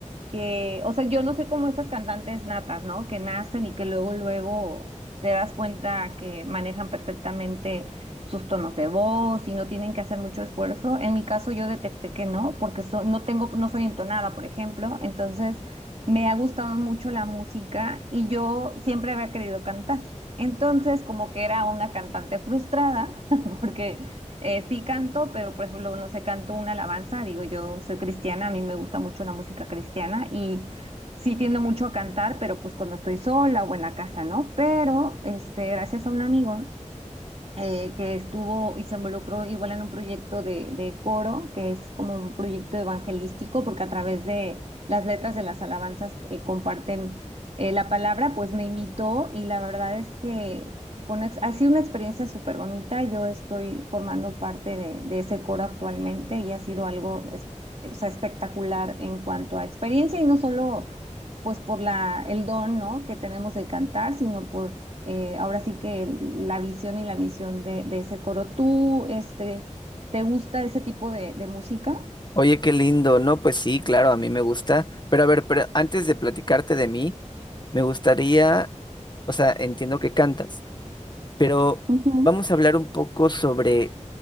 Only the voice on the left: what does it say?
Oye, qué lindo. No, pues sí, claro, a mí me gusta. Pero a ver, pero antes de platicarte de mí, me gustaría, o sea, entiendo que cantas. Pero
vamos a hablar un poco sobre